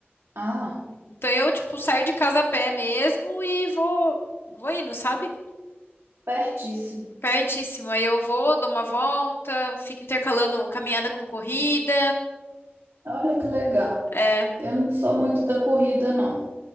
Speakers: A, on the right (about 80°); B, on the left (about 70°).
A: Ah,
B: Então eu, tipo, saio de casa a pé mesmo e vou, vou indo, sabe?
A: pertíssimo.
B: Pertíssimo. Aí eu vou, dou uma volta, fico intercalando caminhada com corrida.
A: Olha que legal.
B: É,
A: Eu não sou muito da corrida, não.